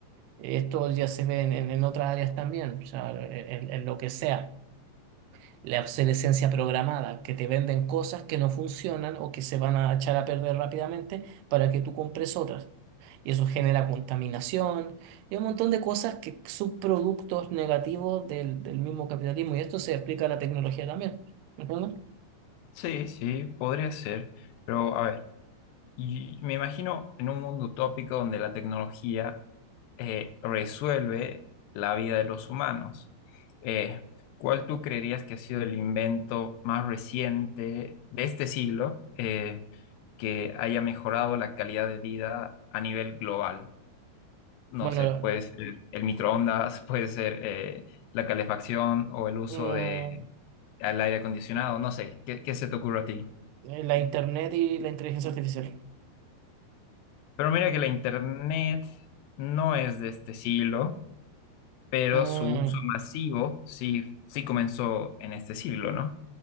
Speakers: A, on the right (about 80°); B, on the left (about 85°).
A: Esto ya se ve en, en- en otras áreas también, o sea, en en- en lo que sea. La obsolescencia programada, que te venden cosas que no funcionan o que se van a echar a perder rápidamente para que tú compres otras. Y eso genera contaminación y un montón de cosas que son productos negativos del, del mismo capitalismo. Y esto se explica a la tecnología también. ¿Me entiendes?
B: Sí, sí, podría ser, pero a ver, y me imagino en un mundo utópico donde la tecnología eh, resuelve la vida de los humanos. Eh, ¿cuál tú creerías que ha sido el invento más reciente de este siglo eh, que haya mejorado la calidad de vida a nivel global? No
A: Bueno,
B: sé, puede ser el microondas, <laughs> puede ser eh, la calefacción o el uso
A: mm,
B: de al aire acondicionado, no sé, ¿qué, qué se te ocurre a ti?
A: eh, la internet y la inteligencia artificial.
B: Pero mira que la internet no es de este siglo, pero
A: Mm,
B: su uso masivo sí, sí comenzó en este siglo, ¿no?